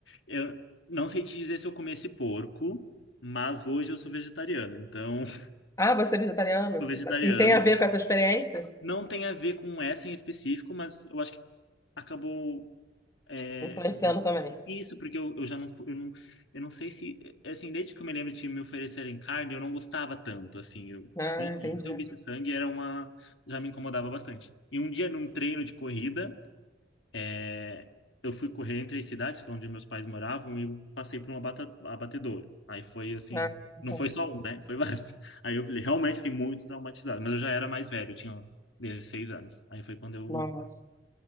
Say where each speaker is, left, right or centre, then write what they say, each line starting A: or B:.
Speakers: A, on the left; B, on the left.
A: eu não sei te dizer se eu comi esse porco, mas hoje eu sou vegetariano. Então, <laughs>
B: Ah, você é vegetariano?
A: sou vegetariano.
B: E tem a ver com essa experiência?
A: Não tem a ver com essa em específico, mas eu acho que acabou. é,
B: Influenciando também.
A: Isso, porque eu, eu já não, fu- eu não, eu não sei se, eh, assim, desde que eu me lembro de me oferecerem carne, eu não gostava tanto, assim, eu,
B: Ah,
A: sangue,
B: entendi.
A: se eu visse sangue, era uma, já me incomodava bastante. E um dia num treino de corrida, É, eu fui correr entre as cidades, que é onde meus pais moravam, e eu passei por uma abata- abatedor. Aí foi assim,
B: Ah,
A: não
B: tá.
A: foi só um, né? Foi <laughs> vários. Aí eu falei, realmente fiquei muito traumatizado, mas eu já era mais velho, eu tinha 16 anos. Aí foi quando eu,
B: Nossa.